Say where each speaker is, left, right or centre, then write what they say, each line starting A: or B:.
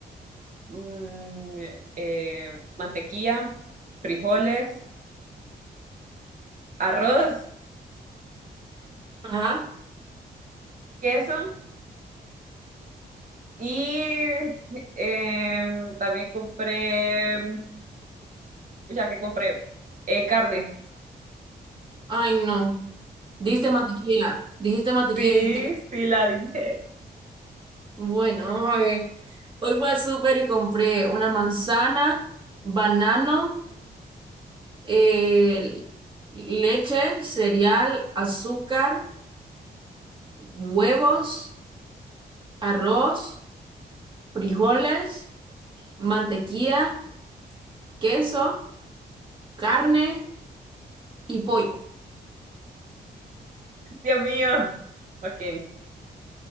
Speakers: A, on the right (about 50°); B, on the right (about 30°).
A: mm, em, mantequilla, frijoles, arroz,
B: Ajá.
A: queso y em, también compré, mm, ya que compré, Eh, carne.
B: Ay, no. Dijiste mantequilla. Dijiste mantequilla
A: Sí,
B: y dijiste
A: sí la dije.
B: Bueno, a ver. Hoy fui al súper y compré una manzana, banano, eh, leche, cereal, azúcar, huevos, arroz, frijoles, mantequilla, queso, carne y pollo.
A: Dios mío. Ok.